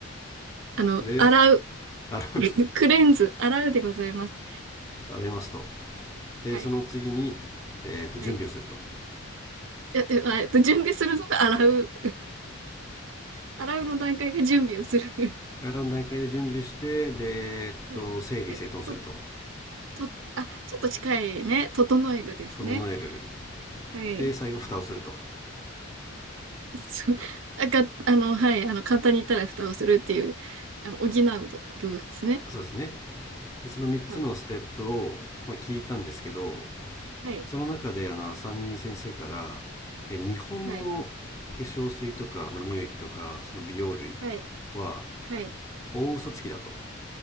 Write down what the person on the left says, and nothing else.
で
洗う
洗いますとでその次に、
えーっと準備をすると
洗う段階で準備してで、えっと整理整頓すると
整える
で最後蓋をすると
そうですねでその3つのステップを、
まあ、聞いたんですけど
その中であの浅見先生からいや日本の化粧水とか、
まあ、乳液とかその美容類
は
大嘘つきだと